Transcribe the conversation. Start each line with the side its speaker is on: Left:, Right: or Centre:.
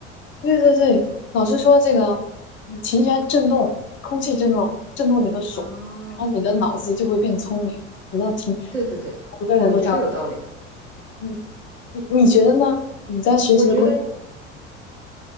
Left: 对对对，老师说这个嗯琴弦振动，空气振动，振动你的手，
Right: <laughs> 啊，
Left: 然后你的脑子就会变聪明。我倒听，
Right: 对对对，
Left: 每个人都这样。
Right: 我觉得有道理。
Left: 嗯，你你觉得呢？你在学习的过
Right: 我觉得呀，